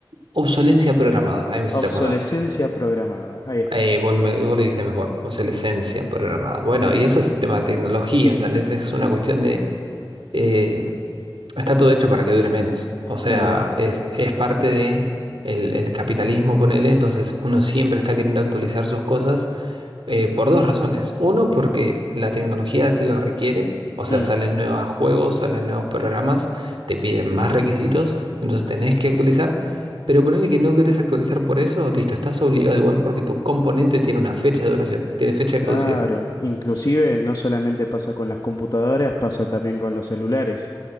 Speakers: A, on the right; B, on the left.
A: obsolencia programada, ahí me hiciste
B: Obsolescencia
A: acordar.
B: programada, ahí está,
A: Eh, vos, me- vos lo dijiste mejor, obsolescencia programada. Bueno, y eso es tema de tecnología, ¿entendés? Es una cuestión de... eh, está todo hecho para que dure menos. O sea,
B: es verdad.
A: es, es parte de el, el capitalismo, ponele, entonces uno siempre está queriendo actualizar sus cosas Eh, por dos razones. Uno, porque la tecnología lo requiere, o sea,
B: Mm,
A: salen nuevos juegos, salen nuevos programas, te piden más requisitos, entonces tenés que actualizar. Pero ponele que no querés actualizar por eso, listo, estás obligado igual porque tu componente tiene una fecha de duración, tiene fecha de
B: Claro,
A: caducidad.
B: inclusive no solamente pasa con las computadoras, pasa también con los celulares.